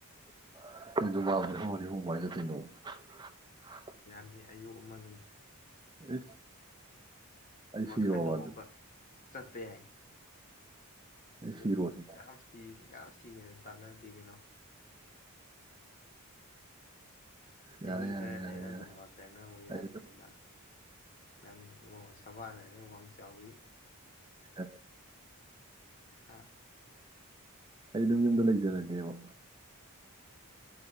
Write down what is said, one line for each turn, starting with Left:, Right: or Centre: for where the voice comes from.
Right: <unintelligible>
Left: ꯌꯥꯅꯤ ꯑꯌꯨꯛ ꯑꯃ ꯅꯨꯡ
Right: ꯑꯩꯁ ꯑꯩ
Left: ꯅ
Right: ꯁꯤꯔꯣꯕ
Left: ꯈꯥꯏꯗꯣꯛꯑꯒ
Right: ꯑꯗꯨꯗꯤ
Left: ꯆꯠꯄ ꯌꯥꯏ
Right: ꯑꯩ
Left: ꯁꯤꯔꯣꯏ
Right: ꯁꯤꯔꯣꯁꯤꯅ
Left: ꯀꯅꯥꯝ ꯁꯤꯁꯤ ꯀꯅꯥꯝ ꯁꯤꯌꯦ ꯇꯥꯟꯅꯗꯦ ꯀꯩꯅꯣ ꯆꯍꯤ
Right: ꯌꯥꯔꯦ ꯌꯥꯔꯦ
Left: ꯈꯔ
Right: ꯌꯥꯔꯦ
Left: ꯂꯩꯔ
Right: ꯌꯥꯔꯦ
Left: ꯑꯗꯨꯝ ꯇ꯭ꯔꯦꯅꯔ ꯑꯣꯏ ꯌꯥꯔꯤꯅꯤ
Right: ꯑꯩ ꯑꯗꯨꯝ
Left: ꯅꯪ ꯅꯪ ꯑꯣ ꯁꯥꯕꯥꯟ ꯍꯥꯏꯔꯦ ꯋꯥꯡ ꯆꯥꯎꯋꯤ
Right: ꯑ
Left: ꯍꯥꯥ
Right: ꯑꯩ ꯑꯗꯨꯝ ꯌꯨꯝꯗ ꯂꯩꯖꯔꯒꯦꯕ
Left: ꯑꯣ